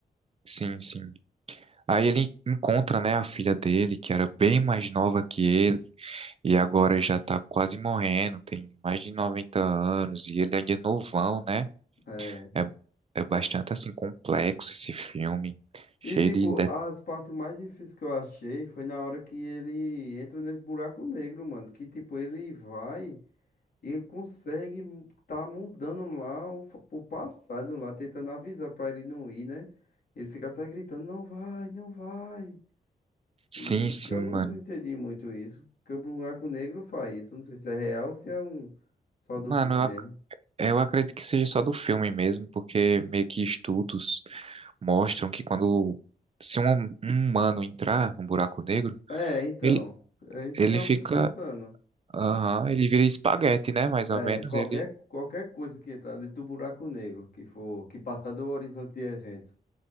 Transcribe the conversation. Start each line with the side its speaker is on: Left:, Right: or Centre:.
Right: Sim, sim. Aí ele encontra, né, a filha dele, que era bem mais nova que ele. E agora já tá quase morrendo, tem mais de 90 anos e ele ainda é novão, né?
Left: É.
Right: É, é bastante assim complexo esse filme, cheio
Left: E tipo,
Right: de, de...
Left: as partes mais difíceis que eu achei foi na hora que ele entra nesse buraco negro, mano. Que tipo, ele vai e ele consegue mu- tá mudando lá o, fa- o passado lá, tentando avisar pra ele não ir, né? Ele fica até gritando, não vai, não vai.
Right: Sim,
Left: E
Right: sim,
Left: eu não
Right: mano.
Left: entendi muito isso, porque o buraco negro faz isso. Não sei se é real ou se é um só do
Right: Mano,
Left: filme
Right: eu,
Left: mesmo.
Right: ac- eu acredito que seja só do filme mesmo, porque meio que estudos mostram que quando se um, um humano entrar no buraco negro,
Left: É, então,
Right: ele,
Left: é isso
Right: ele
Left: que eu
Right: fica,
Left: fico pensando.
Right: aham, ele vira espaguete, né? Mais
Left: É,
Right: ou menos,
Left: qualquer,
Right: ele
Left: qualquer coisa que entrar dentro do buraco negro, que for, que passar do horizonte de eventos.